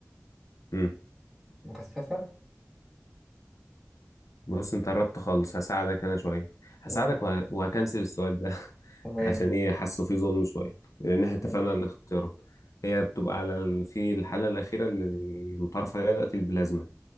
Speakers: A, on the left (about 75°); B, in the centre.
A: امم
B: مكثفة
A: بص انت قربت خالص هساعدك انا شوية هساعدك
B: تمام
A: وه... وهكنسل السؤال ده <laughs>
B: تمام.
A: عشان ايه حاسه فيه ظلم شوية لان احنا اتفقنا
B: ماشي
A: على الاختيارات هي بتبقى على ال... في الحالة الأخيرة اللي متعرف عليها دلوقتي البلازما